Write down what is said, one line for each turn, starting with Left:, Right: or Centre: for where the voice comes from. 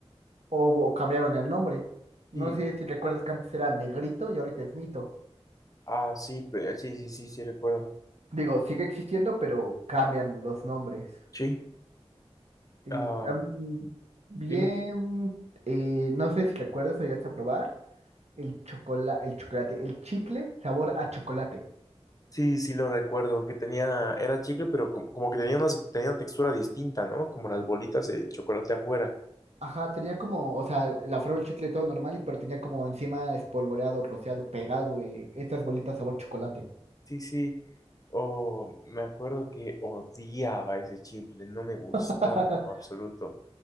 Right: o, o cambiaron el nombre. No
Left: sí,
Right: sé si recuerdas que antes era Negrito y ahorita es Nito.
Left: ah, sí, pe- sí, sí, sí, sí, recuerdo.
Right: Digo, sigue existiendo, pero cambian los nombres.
Left: Sí,
Right: Y
Left: ah,
Right: también, bien,
Left: dime.
Right: eh, no sé si recuerdas o llegaste a probar el chocolate, el chocolate, el chicle sabor a chocolate.
Left: Sí, sí, lo recuerdo, que tenía, era chicle, pero como, como que tenía, unas, tenía una textura distinta, ¿no? Como las bolitas de chocolate afuera.
Right: Ajá, tenía como, o sea, la forma del chicle todo normal, y pero tenía como encima espolvoreado, rociado, pegado, eh, estas bolitas sabor chocolate.
Left: Sí, sí. o me acuerdo que odiaba ese chicle, no me gustaba
Right: <laughs>
Left: en lo absoluto.